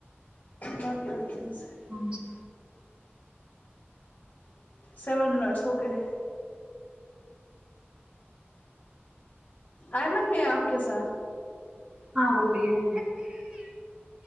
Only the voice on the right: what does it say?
ہاں جی
ہاں وہ بھی ہے